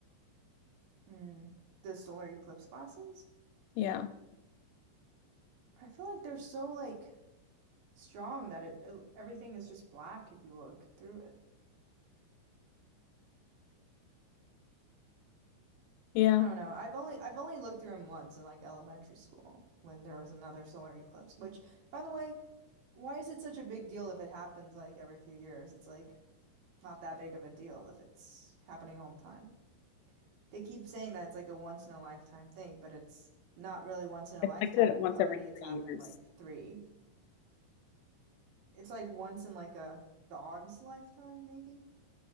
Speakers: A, on the right; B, on the left.
A: Mm, the solar eclipse glasses?
B: Yeah.
A: I feel like they're so like strong that it, it everything is just black if you look through it.
B: Yeah.
A: I don't know. I've only I've only looked through them once in like elementary school when there was another solar eclipse, which by the way, why is it such a big deal if it happens like every few years? It's like not that big of a deal if it's happening all the time. They keep saying that it's like a once in a lifetime thing, but it's not really once in a
B: It's
A: lifetime
B: like that
A: if
B: once
A: already
B: every
A: it's
B: three
A: happened
B: years.
A: like three. It's like once in like a dog's lifetime, maybe?